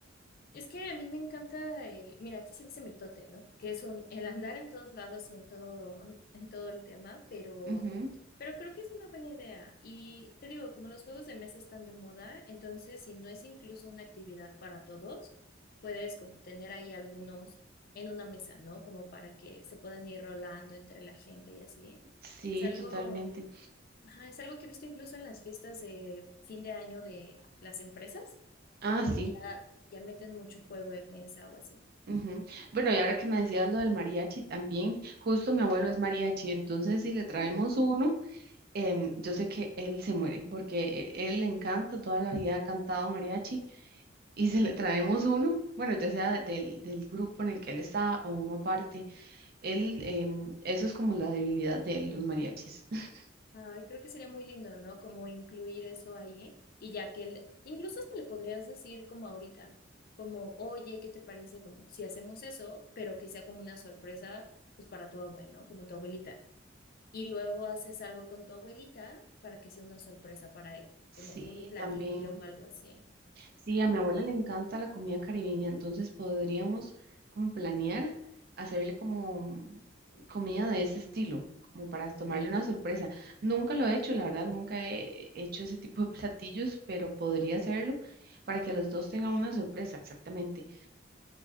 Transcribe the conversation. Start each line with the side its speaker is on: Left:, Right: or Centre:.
Left: Es que a mí me encanta el, mira, aquí se dice mitote, ¿no? Que es un, el andar en todos lados y en todo, en en todo el tema, pero,
Right: Ujú.
Left: pero creo que es una buena idea. Y te digo, como los juegos de mesa están de moda, entonces si no es incluso una actividad para todos, puedes como tener ahí algunos en una mesa, ¿no? Como para que se puedan ir rolando entre la gente y así.
Right: Sí,
Left: Es algo
Right: totalmente.
Left: Ajá, es algo que he visto incluso en las fiestas de fin de año de las empresas,
Right: Ah,
Left: como
Right: sí.
Left: que ya, ya meten mucho juego de mesa o así.
Right: Ujú. Bueno, y ahora que me decías lo del mariachi también, justo mi abuelo
Left: Ujú.
Right: es mariachi, entonces si le traemos
Left: Mm,
Right: uno, em, yo sé que él se muere, porque e- él le encanta, toda la vida ha cantado mariachi, y si le traemos uno, bueno, ya sea del, del grupo en el que él está o uno aparte, él, em, eso es como la debilidad de él, los mariachis. <laughs>
Left: ay, creo que sería muy lindo, ¿no? Como incluir eso ahí y ya que él incluso hasta le podrías decir como ahorita, como, oye, ¿qué te parece? Como si hacemos eso, pero que sea como una sorpresa, pues para tu abuelo, ¿no? Como tu abuelita. Y luego haces algo con tu abuelita para que sea una sorpresa para él,
Right: Sí,
Left: como un platillo
Right: también.
Left: o algo así.
Right: Sí, a mi abuela le encanta la comida caribeña, entonces podríamos como planear hacerle como comida de ese estilo, como para tomarle una sorpresa. Nunca lo he hecho, la verdad, nunca he hecho ese tipo de platillos, pero podría hacerlo para que los dos tengan una sorpresa, exactamente.